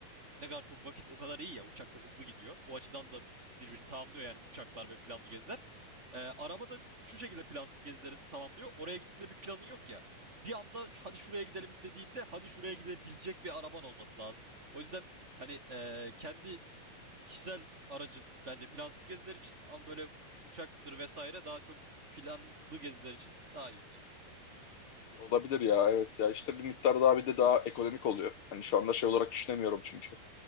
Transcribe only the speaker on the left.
Olabilir ya evet ya işte bir miktar daha bir de daha ekonomik oluyor. Hani şu anda şey olarak düşünemiyorum çünkü.